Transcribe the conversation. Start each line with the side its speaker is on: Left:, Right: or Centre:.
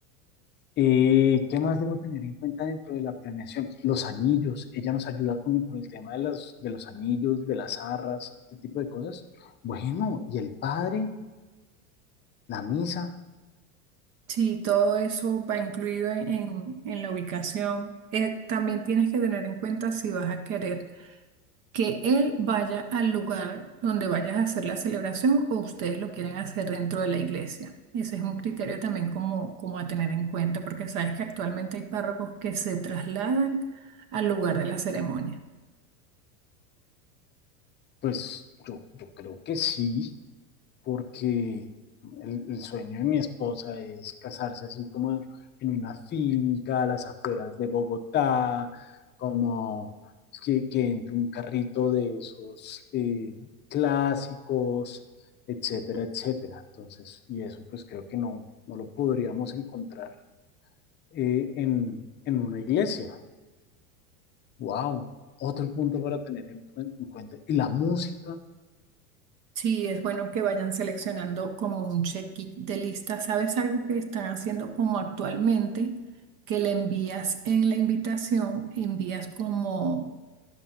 Left: Eh, ¿qué más debo tener en cuenta dentro de la planeación? Los anillos, ella nos ayuda con, con el tema de, las, de los anillos, de las arras, este tipo de cosas. Bueno, y el padre, la misa,
Right: Sí, todo eso va incluido en, en- en la ubicación. Eh, también tienes que tener en cuenta si vas a querer que él vaya al lugar donde vayas a hacer la celebración o ustedes lo quieren hacer dentro de la iglesia. Ese es un criterio también como, como a tener en cuenta, porque sabes que actualmente hay párrocos que se trasladan al lugar de la ceremonia.
Left: pues yo, yo creo que sí. porque el, el sueño de mi esposa es casarse así como en una finca a las afueras de Bogotá, como que, que entre un carrito de esos eh, clásicos, etcétera, etcétera. Entonces, y eso pues creo que no, no lo podríamos encontrar eh, en, en una iglesia. ¡Wow! Otro punto para tener en, en cuenta. Y la música
Right: Sí, es bueno que vayan seleccionando como un check de lista. ¿Sabes algo que están haciendo como actualmente? Que le envías en la invitación, envías como